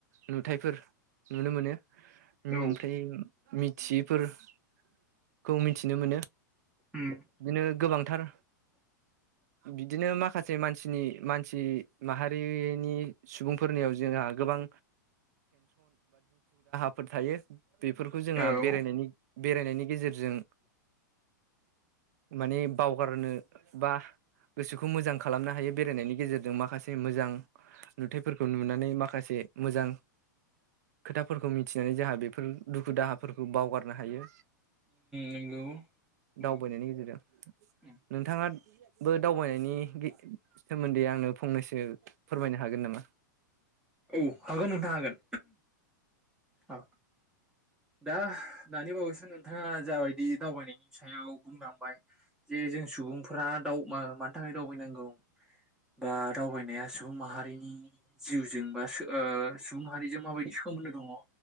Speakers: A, on the right (about 55°); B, in the centre.
A: नुथायफोर नुनो मोनो ओमफ्राय
B: औ
A: मिथियैफोरखौ मिथिनो मोनो
B: उम
A: बिदिनो गोबांथार बिदिनो माखासे माखासे मानसिनि मान जि माहारिनि सुबुंफोरनियाव जोंहा गोबां फोर थायो बेफोरखौ जोंहा
B: औ उम
A: बेरायनायनि बेरायनायनि गेजेरजों माने बावगारनो बा गोसोखौ मोजां खालामनो हायो बेरायनायनि गेजेरजों माखासे मोजां नुथाइफोरखौ नुनानै माखासे मोजां खोथाफोरखौ मिथिनानै जोंहा बेफोर दुखु दाहाफोरखौ बावगारनो हायो
B: नंगौ नंगौ नंगौ
A: दावबायनायनि गेजेरजों
B: उम
A: नोंथाङा बो दावबायनायनि सोमोन्दै आंनो फंनैसो फोरमायनो हागोन नामा
B: औ हागोन नोंथां हागोन औ दा दानि बावैसो नोंथाङा जाबायदि दावबायनायनि सायाव बुंलांबाय जे जों सुबुंफोरा मानि थाखाय दावबायनांगौ बा दावबायनाया सुबुं माहारिनि जिउजों बा सुबुं माहारिजों माबायदि सोमोन्दो दङ